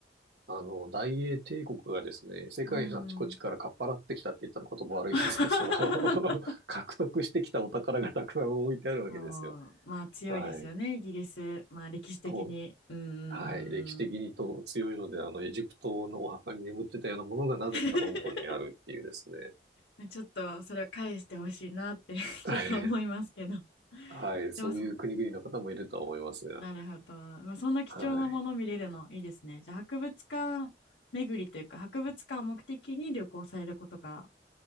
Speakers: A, on the right (about 75°); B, on the left (about 80°).
A: あの、大英帝国がですね、世界のあちこちからかっぱらってきたって言ったら言葉悪いですけど、
B: うーん。<laughs>
A: <laughs> 獲得してきたお宝がたくさん置いてあるわけですよ。
B: あーまあ強いですよね、
A: はい。
B: イギリス。まあ歴史的に。
A: う。
B: うーん。
A: はい。歴史的にと強いので、あの、エジプトのお墓に眠ってたようなものがなぜかロンドンにあるっていうですね。
B: <laughs> まあちょっとそれは返してほしいなって <laughs>
A: <laughs>
B: ちょっと思いますけど。
A: はい。はい。そういう国々の方もいるとは思いますが。
B: でもそう、なるほど。まあ、そんな貴重なもの見れるのいいですね。
A: はい。
B: じゃあ博物館巡りというか博物館を目的に旅行されることが